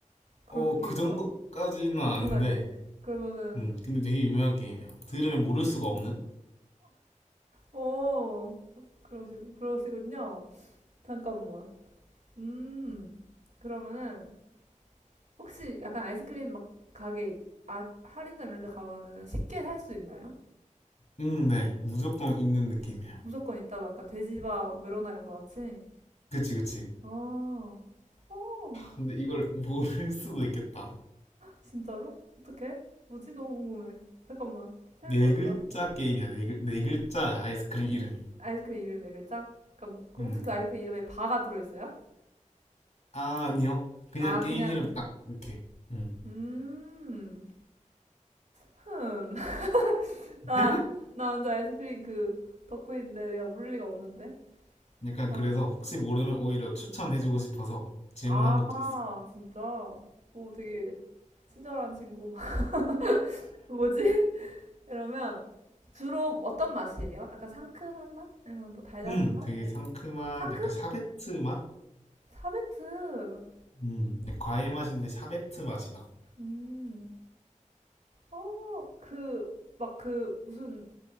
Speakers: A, on the right; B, on the left.
A: 그런
B: 어,
A: 느낌인가?
B: 그 정도까지는 아닌데,
A: 그건 아니고. 그러면은,
B: 음, 근데 되게 유명한 게임이야. 들으면
A: 어,
B: 모를 수가 없는?
A: 어, 그러시, 그러시군요. 잠깐만. 음, 그러면은, 혹시 약간 아이스크림 막 가게, 아, 할인점 이런 데 가면은 쉽게 살 수 있나요?
B: 음, 네. 무조건 있는 느낌이에요.
A: 무조건 있다, 막 약간 돼지바, 막 메로나 이런 거 같이?
B: 그치, 그치.
A: 아, 어,
B: 근데 이걸 <laughs> 모를 수도 있겠다.
A: 진짜로? 어떡해? 뭐지? 너무 궁금해. 잠깐만. 생각해보자.
B: 네 글자 게임이야, 네, 글, 네 글자 아이스크림 이름이.
A: 아이스크림 이름 네 글자? 그니까 뭐- 그
B: 음,
A: 혹시 그 아이스크림 이름에 바가 들어있어요?
B: 아, 아니요. 그냥
A: 아
B: 게임
A: 그냥
B: 이름 딱, 이렇게. 음.
A: 음, 흠. <laughs> 나,
B: <laughs>
A: 나 혼자 아이스크림 그 덕후인데 내가 모를 리가 없는데.
B: 약간
A: 잠깐.
B: 그래서 혹시 모르면 오히려 추천해주고 싶어서 질문한
A: 아
B: 것도 있어.
A: 진짜. 오 되게 친절한 친구. <laughs> 뭐지? 그러면 주로 어떤 맛이에요? 약간 상큼한 맛? 아니면 뭐 달달한
B: 음,
A: 맛?
B: 되게 상큼한,
A: 상큼?
B: 약간 샤베트 맛?
A: 사베트.
B: 음, 그냥 과일 맛인데 샤베트 맛이 나.
A: 음. 어, 그, 막 그, 무슨,